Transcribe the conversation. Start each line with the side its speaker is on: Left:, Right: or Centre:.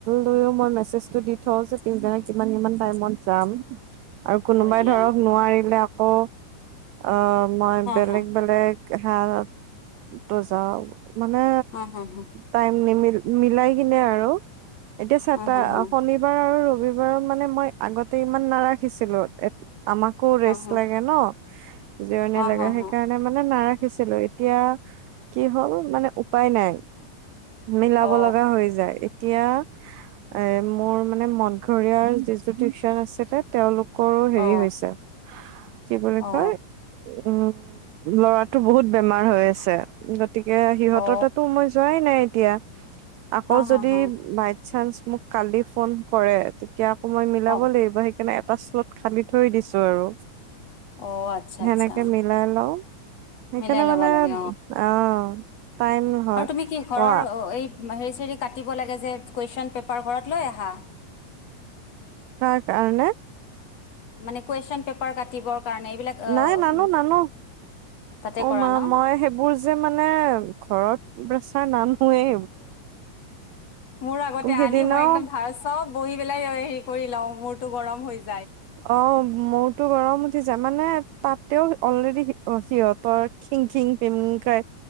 Right: লৈও মই মেছেজটো দি থওঁ যে পিচদিনা কিমান-কিমান টাইমত যাম। আৰু কোনোবাই
Left: হয় দিয়া
Right: ধৰক <unintelligible> আকৌ, অ। মই
Left: অ
Right: বেলেগ-বেলেগ
Left: হ
Right: হাৰত ও যাও। মানে
Left: অ হ হ
Right: টাইম নিমি মিলাই কিনে আৰু এতিয়া চেতটা
Left: অ হ হ
Right: শনিবাৰ আৰু ৰবিবাৰৰ মানে মই আগতে ইমান নাৰাখিছিলো এ আমাকো ৰেষ্ট
Left: অ হ
Right: লাগে ন। জিৰণি
Left: অ
Right: লাগে।
Left: হ
Right: সেইকাৰণে
Left: হ
Right: মানে নাৰ দিছিলো এতিয়া কি হ'ল মানে উপায় নাই। মিলাব
Left: অ
Right: লগা হৈ যায়। এতিয়া এ মোৰ মানে মদঘৰীয়াৰ যিটো টিউচন আছিলে তেওঁলোক কৰো হেৰি
Left: অ
Right: হৈছে <unintelligible> কি বুলি
Left: অ
Right: কয় উম, ল'ৰাটো বহুত বেমাৰ হৈ আছে। গতিকে সিহঁতৰ
Left: অ
Right: তাতো মই যোৱাই নাই। এতিয়া আকৌ
Left: হ হ
Right: যদি
Left: হ
Right: বাই চান্স মোক কালি ফোন কৰে, তেতিয়া আকৌ মই মিলাব
Left: অ
Right: লাগিব সেইকাৰণে এটা শ্লত খালি থৈ দিছো আৰু
Left: অ আচ্ছা
Right: সেনেকে
Left: আচ্ছা
Right: মিলাই লও সেইকাৰণে
Left: মিলাই ল'ব
Right: মানে
Left: লাগে
Right: অ টাইম হয়
Left: আৰু তুমি কি ঘৰৰ
Right: অ
Left: এই হেৰি চিৰি কাটিব লাগে যে? কুৱেশন পেপাৰ ঘৰত লৈ আহা?
Right: কাৰ কাৰণে?
Left: মানে কুৱেশন পেপাৰ কাটিবৰ কাৰণে এইবিলাক অ',
Right: নাই
Left: উম,
Right: নানো, নানো।
Left: তাতে
Right: অ
Left: কৰা
Right: মা
Left: ন?
Right: মই সেইবোৰ যে মানে ঘৰত প্ৰেচাৰ নান মই এ
Left: মোৰ আগতে
Right: সেইদিনাও
Left: আনি মই একদম ধাৰ চব বহি পেলাই হেৰি কৰি লও, মূৰতো গৰম হৈ যা
Right: অ মোৰতো গৰম উঠি যায় মানে তাতেও অলৰেডি সিহঁতৰ খিং খিং পিমং খাই।